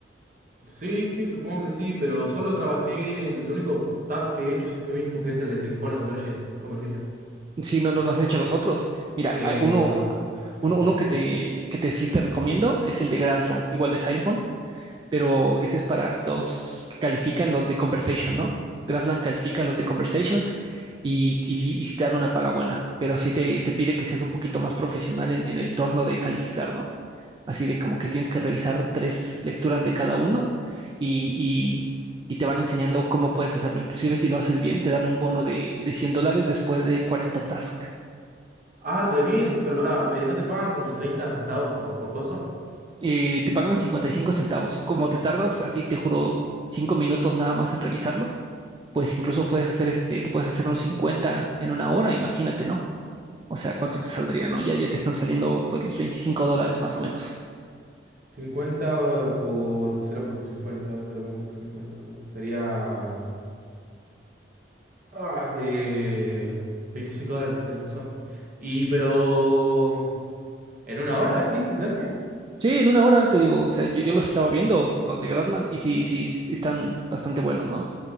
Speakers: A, on the right; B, on the right.
A: sí, sí, supongo que sí, pero solo trabajé en... Lo único task que he hecho es este mismo, que es el de Silphone Convergence, Conversation.
B: Si no, no, no has hecho los otros. Mira,
A: Eh,
B: hay uno,
A: no.
B: un-
A: No,
B: uno,
A: no.
B: uno que te, que te sí te recomiendo es el de Grassland, igual de Xylophone. pero ese es para los que califican los de Conversation, ¿no? Gradland califica los de Conversations y, y, y sí te dan una paga buena, pero sí te, te pide que seas un poquito más profesional en, en el torno de calificar, ¿no? Así de como que tienes que revisar tres lecturas de cada uno y, y- y te van enseñando cómo puedes hacerlo. Inclusive si lo haces bien, te dan un bono de, de 100 dólares después de cuarenta tasks.
A: Ah, re bien. Pero pará, eh, ¿no te pagan como 30 centavos por, por cosa?
B: Eh, te pagan 55 centavos. Como te tardas, así te juro, cinco minutos nada más en revisarlo pues incluso puedes hacer este, te puedes hacer unos 50 en una hora, imagínate, ¿no? O sea, ¿cuánto te saldría, no? Ya, ya te están saliendo pues los 25 dólares más o menos.
A: cincuenta por cero cero punto cincuenta cero punto cincuenta sí. Serían... Ah, eh, 25 dólares, sí, tenés razón. Y pero... ¿En una hora decís que se hace?
B: Sí, en una hora, te digo, o sea, yo, yo los estaba viendo, los de Gradland, y sí, sí, s- están bastante buenos, ¿no?